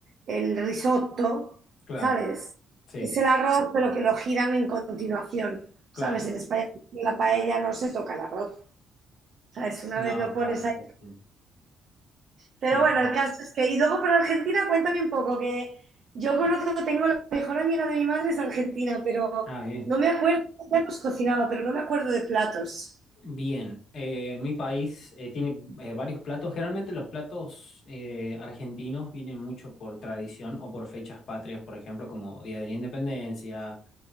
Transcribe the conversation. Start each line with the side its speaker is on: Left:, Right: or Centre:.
Right: el risotto,
Left: Claro,
Right: ¿sabes?
Left: sí,
Right: Es el arroz, pero que lo giran en continuación,
Left: claro.
Right: ¿sabes? En España, en la paella no se toca el arroz, ¿sabes? Una
Left: No,
Right: vez lo
Left: claro,
Right: pones
Left: sí,
Right: ahí.
Left: sí. Son
Right: Pero
Left: como...
Right: bueno, el caso es que... Y luego para Argentina, cuéntame un poco, que yo conozco, tengo la mejor amiga de mi madre es argentina, pero
Left: Ah, bien.
Right: no me acuerdo, ella nos cocinaba, pero no me acuerdo de platos.
Left: Bien, eh, mi país eh, tiene eh, varios platos. Generalmente los platos eh, argentinos vienen mucho por tradición o por fechas patrias, por ejemplo, como Día de la Independencia,